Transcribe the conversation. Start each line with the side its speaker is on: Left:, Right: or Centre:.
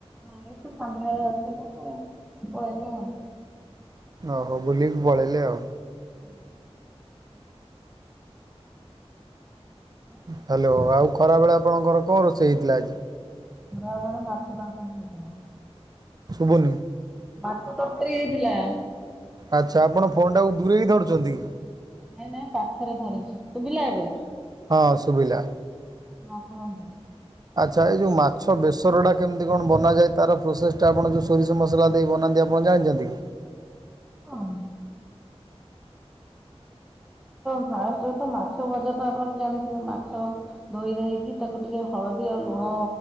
Centre: ନାଇଁ ସେ ସନ୍ଧ୍ୟାବେଳେ ଆସିଥିଲେ ପଳେଇଲେ ଆଉ।
Right: ଓହୋ ବୁଲିକି ପଳେଇଲେ ଆଉ।
Centre: ହୁଁ। ହଁ।
Right: ହାଲୋ ଆଉ ଖରାବେଳେ ଆପଣଙ୍କର କଣ ରୋଷେଇ ହେଇଥିଲା ଆଜି?
Centre: ଖରାବେଳେ ମାଛ ତରକାରି ହେଇଥିଲା।
Right: ଶୁବୁନି।
Centre: ମାଛ ତରକାରୀ ହେଇଥିଲା।
Right: ଆଚ୍ଛା ଆପଣ ଫୋନେଟାକୁ ଦୂରେଇକି ଧରୁଚନ୍ତି କି?
Centre: ନାଇଁ ନାଇଁ ପାଖରେ ଧରିଚି ଶୁବିଲା ଏବେ।
Right: ହଁ ସୁୁବିଲା।
Centre: ଆଉ କୁହନ୍ତୁ।
Right: ଆଚ୍ଛା ଏଇ ଯୋଉ ମାଛ ବେସରଟା କେମିତି କଣ ବନାଯାଏ ତାର ପ୍ରୋସେସ ଟା ଆପଣ ଯଉ ସରିଷ ମସଲା ଦେଇ ବନାନ୍ତି ଆ। ପଣ ଜାଣିଛନ୍ତି କି?
Centre: ହଁ। ଫାଷ୍ଟରେ ତ ମାଛ ଭଜା ତ ଆପଣ ଜାଣିଥିବେ ମାଛ ଧୋଇ ଧାଇକି ତାକୁ ଟିକେ ହଳଦୀ ଆଉ ଲୁଣ